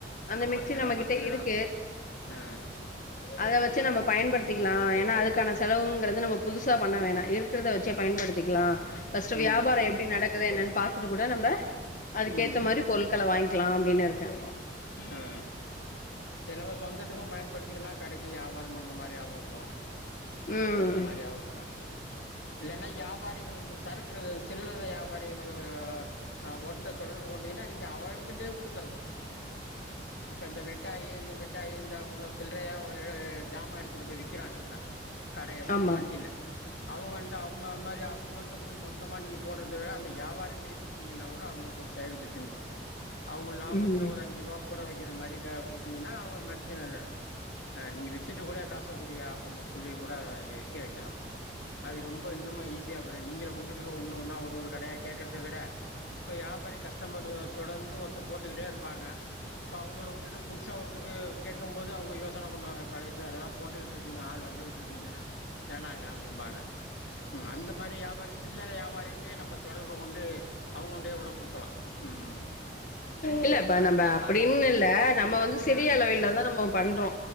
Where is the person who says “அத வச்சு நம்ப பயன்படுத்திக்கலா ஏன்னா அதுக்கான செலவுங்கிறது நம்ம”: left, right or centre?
Left